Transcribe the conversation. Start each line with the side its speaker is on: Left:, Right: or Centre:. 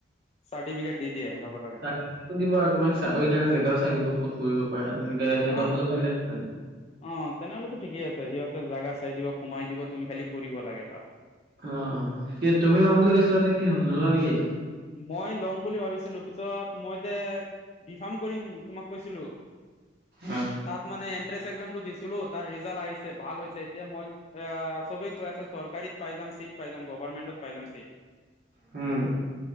Left: চাৰ্টিফিকেট দি দিয়ে লগে লগে
Right: কত দিব আৰু তোমাক চাকৰি কাৰণে জেগাও চাই দিব ক'ত কৰিব পাৰো তেনেকে সিহঁতৰ
Left: অ
Right: ফালৰ পৰাই কৰাই দিব।
Left: অ তেনেহ'লেতো ঠিকে আছে সিহঁতে জোগা চাই দিব সোমাই দিব তুমি খালি কৰিব লাগে কাম
Right: অ কি তুমি ল'ম বুলি কৈছিলা যে কি হ'ল নোলোৱা নেকি
Left: মই ল'ম বুলি ভাবিছিলো পিছত মই এতিয়া বি ফাৰ্ম কৰিম তোমাক কৈছিলো
Right: অ,
Left: তাত মানে এন্ট্ৰেন্স একজামটো দিছিলো তাৰ ৰিজাল্ট আহিছে ভাল হৈছে এতিয়া মই অ চবেই কৈ আছে চৰকাৰীত পাই যাম চিট পাই যাম গভাৰমেন্টত পাই যাম seat
Right: home